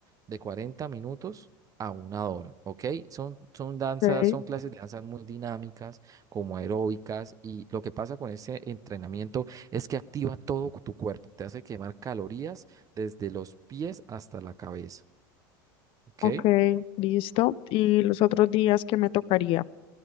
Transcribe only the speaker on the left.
Ok,
ok, listo. ¿Y los otros días que me tocaría?